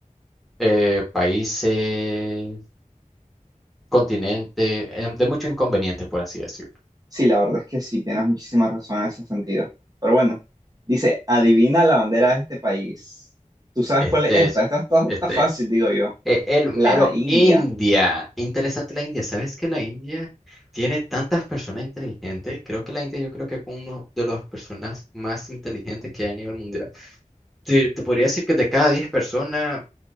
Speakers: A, in the centre; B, on the right.
A: eh, países, continente, eh, de mucho inconveniente, por así decirlo.
B: Sí, la verdad es que sí, tienes muchísima razón en ese sentido. Pero bueno, dice, adivina la bandera de este país. ¿Tú sabes
A: Este
B: cuál es esta?
A: es,
B: Esta está,
A: este,
B: está fácil, digo yo.
A: e- el mero
B: La India.
A: India. Interesante la India. ¿Sabes que la India tiene tantas personas inteligentes? Creo que la India yo creo que es uno de las personas más inteligentes que hay a nivel mundial. Te, te podría decir que de cada 10 personas